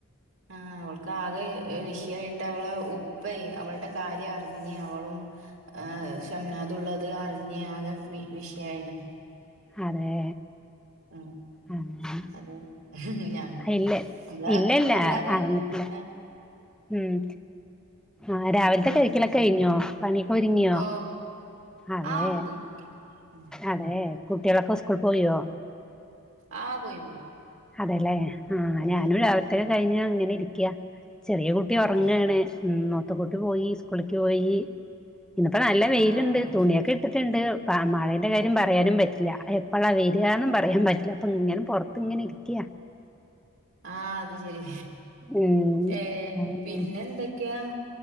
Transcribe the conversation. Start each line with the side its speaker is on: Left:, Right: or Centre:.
Right: ആഹ് അവൾക്ക് ആകെ വിഷയയിട്ട് അവള ഉപ്പ അവളുടെ കാര്യം അറിഞ്ഞ് അവളും ആ ക്ഷമനാതുള്ളത് അറിഞ്ഞാകെ വി വിഷയയിണ്
Centre: അതെ
Right: ആഹ്
Centre: ആഹ്
Right: അത ഞമ്മള്
Centre: ഇല്ല
Right: നമ്മള്
Centre: ഇല്ല ഇല്ല
Right: വല്ലാതൊന്നും
Centre: അറിഞ്ഞിട്ടില്ല
Right: ഏഹ്
Centre: ഉം ആ രാവിലത്തെ
Right: ഉം
Centre: കഴിക്കലൊക്കെ കഴിഞ്ഞോ പണിക്കരിങ്ങിയോ
Right: ഓഹ്
Centre: അതെ
Right: ആഹ് ഒതുങ്ങി ഉം
Centre: അതെ കുട്ടികളൊക്കെ സ്കൂള് പോയോ
Right: ആഹ് പോയി പോയി
Centre: അതെല്ലേ ആഹ് ഞാനും
Right: ഉം ഉം
Centre: രാവിലത്തേക്കെ കഴിഞ്ഞ അങ്ങനെ ഇരിക്കയാ ചെറിയ കുട്ടി
Right: ആഹ്
Centre: ഉറങ്ങാണ്
Right: ശരി
Centre: മൂത്ത കുട്ടി പോയി സ്കൂളിലേക്ക് പോയി ഇന്നപ്പ നല്ല വെയിലുണ്ട്
Right: ആഹ്
Centre: തുണിയൊക്കെ
Right: ശരി
Centre: ഇട്ട് ണ്ട് മഴന്റെ കാര്യം പറയാനും പറ്റില്ല എപ്പോഴാ വരാന്നും പറയാൻ പറ്റില്ല അപ്പൊ ഇങ്ങനെ പുറത്ത് അപ്പ ഇങ്ങെ ഇരിക്കുക
Right: ആഹ് അത് ശരി
Centre: ഉം
Right: ഏഹ് പിന്നെ എന്തൊക്കെയാ